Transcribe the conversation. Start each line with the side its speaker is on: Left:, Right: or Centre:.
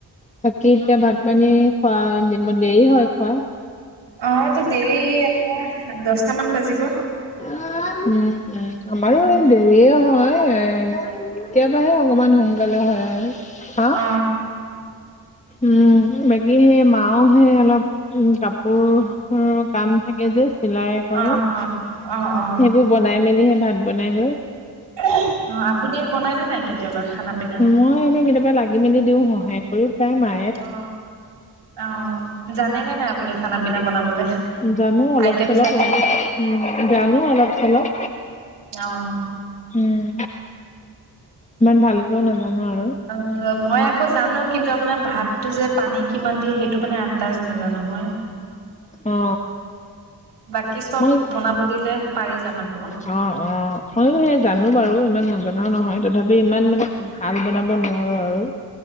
Left: বাকি এতিয়া ভাত পানী খোৱা দেৰি হয় খোৱা?
Right: অ তো দেৰি আপোনাৰ দহ টা মান বাজিব
Left: উম-উম আমাৰো
Right: অ
Left: এই দেৰিয়ে হয় এ কেতিয়াবাহে অকমান সোনকালে হয় আৰু হা
Right: অ
Left: উম বাকী সেই মাও হে অলপ উম কাপোৰ কাম থাকে যে চিলাই কৰে
Right: অ অ অ
Left: সেইবোৰ বনাই, মেলিহে ভাত বনাইগৈ।
Right: অ, আপুনি বনাই নে নাই, কেতিয়াবা খানা-পিনা।
Left: মই এনেই কেতিয়াবা লাগি-মেলি দিও, সহায় কৰি প্ৰায় মা
Right: অ, অ, জানেনে নাই, আপুনি খানা- পিনা বনাবলৈ
Left: জানো অলপ
Right: আইটেম-
Left: চলপ
Right: চাইেম?
Left: উম, জানো অলপ-চলপ।
Right: অ
Left: উম, ইমান ভালকেও নাজানো আৰু।
Right: উম, মই আকৌ জানো, কিন্তু আপোনাৰ ভাততো, যে পানী কিমান দিয়ে, সেইটো মানে আন আনতাজ, নাজানো মই।
Left: অ,
Right: বাকী চব
Left: মই,
Right: বনাব দিলে পাৰি যাম আকৌ।
Left: অ, অ, ময়ো সেই জানো বাৰু ইমান নজনাও, নহয় তথাপি ইমান মানে ভাল বনাব নোৱাৰো আৰু